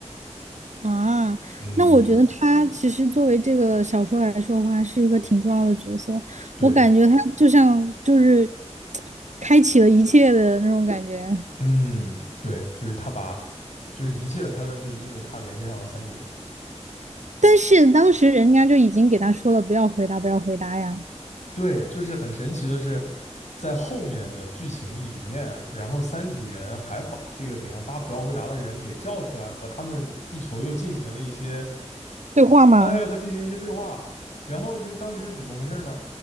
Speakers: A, on the right (about 80°); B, on the left (about 75°).
A: 啊。
B: 嗯，
A: 那我觉得她其实作为这个小说来说的话，是一个挺重要的角色。
B: 对。
A: 我感觉她就像就是开启了一切的那种感觉。
B: 嗯，对，就是他把，就是一切的开端，就是因为他联系上了三体。
A: 但是当时人家就已经给她说了，不要回答，不要回答呀。
B: 对，就是很神奇的是，在后面的剧情里面，然后三体人还把这个给他发不要回答的人给叫出来，和他们地球又进行了一些，
A: 对话吗？
B: 哎，和进行了一些对话。然后是当时是怎么回事呢？